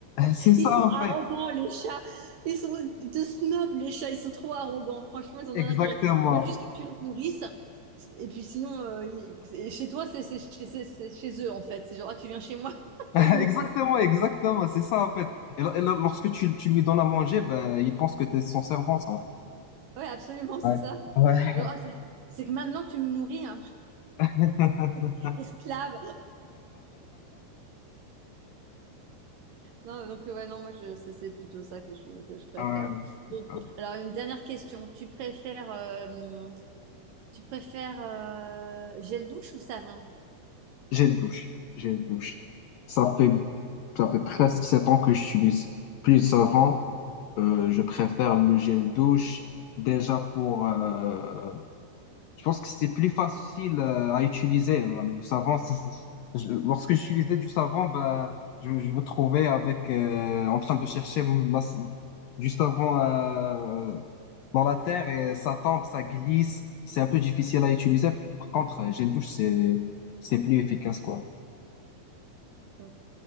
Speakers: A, on the left (about 75°); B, on the right (about 70°).
A: c'est ça
B: ils sont
A: en
B: arrogants,
A: fait,
B: les chats. Ils sont de snobs, les chats. Ils sont trop arrogants. Franchement, ils ont
A: exactement,
B: un intérêt. Ils veulent juste que tu les nourrisses. Et puis sinon, euh, ils- et chez toi, c'est c'est- c'est- c'est- c'est chez eux, en fait. C'est genre, ah, tu viens chez moi. <laughs>
A: <laughs>
B: Limite,
A: exactement,
B: c'est ça.
A: exactement, c'est ça en fait. Et, là- et là, lorsque tu, tu lui donnes à manger, ben, il pense que tu es son servant, ça.
B: Ouais, absolument, c'est
A: Ouais,
B: ça.
A: ouais.
B: Genre, ah, c'est c'est que maintenant que tu me nourris, hein,
A: <laughs>
B: <laughs> esclave. Non, donc ouais, non, moi je c'est c'est plutôt ça que je, que je préfère.
A: Euh,
B: Et-
A: euh,
B: Alors une dernière question, tu préfères euh, tu préfères euh, gel douche ou savon?
A: j'ai une douche, j'ai une douche. Ça fait, ça fait presque sept ans que j'utilise. Plus avant, euh, je préfère le gel douche, déjà pour, euh, Je pense que c'est plus facile euh, à utiliser. euh, Le savon, c'est- c'est- <laughs> je- lorsque j'utilisais du savon, ben, je, je me trouvais avec, euh, en train de chercher mon- la- du savon euh, euh, dans la terre et ça tombe, ça glisse. C'est un peu difficile à utiliser. Par contre, euh, gel douche, c'est, c'est plus efficace, quoi.
B: Ok.